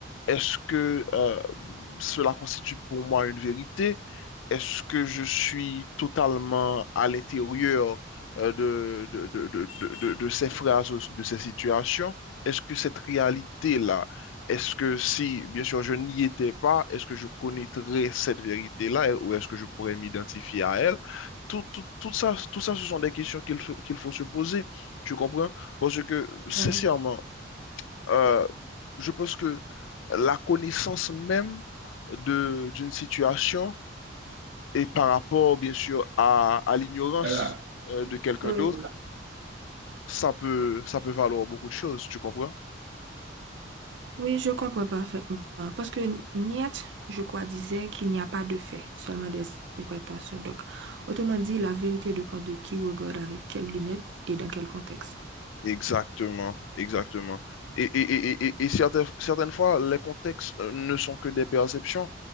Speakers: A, on the left; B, on the right.
A: est-ce que euh, cela constitue pour moi une vérité? Est-ce que je suis totalement à l'intérieur euh, de, de, de, de, de- de ces phrases, de ces situations? Est-ce que cette réalité-là, est-ce que si, bien sûr, je n'y étais pas, est-ce que je connaîtrais cette vérité-là et- ou est-ce que je pourrais m'identifier à elle? Tout, tout, tout ça, tout ça, ce sont des questions qu'il faut, qu'il faut se poser. Tu comprends? Parce que,
B: bon,
A: sincèrement, euh, je pense que la connaissance même de, d'une situation et par rapport, bien sûr, à, à l'ignorance
B: Là, là.
A: euh, de quelqu'un
B: oui.
A: d'autre, ça peut, ça peut valoir beaucoup de choses, tu comprends?
B: Oui, je comprends parfaitement. Parce que Nietzsche, je crois, disait qu'il n'y a pas de fait, seulement des interprétations. Donc, autrement dit, la vérité dépend de qui regarde avec quelles lunettes et dans quel contexte.
A: Exactement, exactement. Et, et, et, et, et certaines, certaines fois, les contextes euh, ne sont que des perceptions.